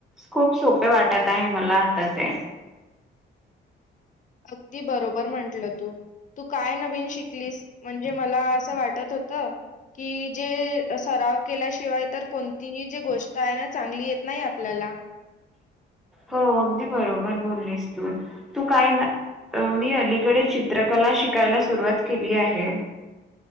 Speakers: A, in the centre; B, on the left.
A: खूप सोपे वाटत आहे मला आता ते.
B: अगदी बरोबर म्हंटलं तू. तू काय नवीन शिकलीस म्हणजे मला असं वाटत होतं कि जे सराव केल्याशिवाय तर कोणतीही जी गोष्ट आहे ना. चांगली येत नाही आपल्याला.
A: हो, अगदी बरोबर बोललीस तू. तू काय ना मी अलीकडे चित्रकला शिकायला सुरुवात केली आहे.